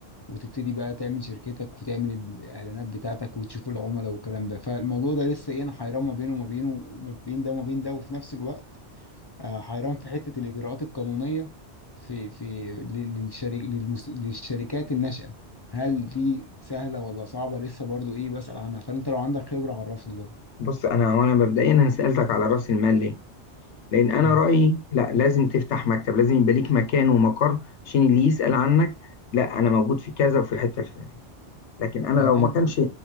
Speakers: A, on the left; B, on the left.
A: وتبتدي بقى تعمل شركتك وتعمل الإعلانات بتاعتك وتشوف العملاء والكلام ده فالموضوع ده لسه إيه أنا حيران ما بينه وما بينه ما بين ده وما بين ده وفي نفس الوقت آه، حيران في حتة الإجراءات القانونية في في للشرك للمس- للشركات الناشئة هل دي سهلة ولا صعبة لسه برضو إيه بسأل عنها فأنت لو عندك خبرة عرفني برضو
B: بص انا هو انا مبدئيا انا سالتك على راس المال ليه لان انا
A: مم.
B: رايي لا لازم تفتح مكتب لازم يبقى ليك مكان ومقر عشان اللي يسال عنك لا انا موجود في كذا وفي الحته الفلانيه لكن انا
A: تمام
B: لو ما كانش